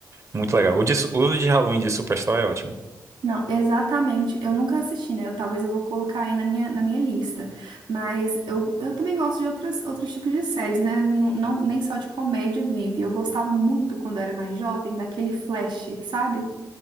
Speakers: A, on the right; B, on the right.
A: muito legal. O de, su- o de Halloween de Superstore é ótimo.
B: Não, exatamente. Eu nunca assisti, né? Eu, talvez eu vou colocar aí na minha, na minha lista. Mas eu, eu também gosto de outras, outros tipos de séries, né? Não, não- nem só de comédia vive. Eu gostava muito, quando eu era mais jovem, daquele Flash, sabe?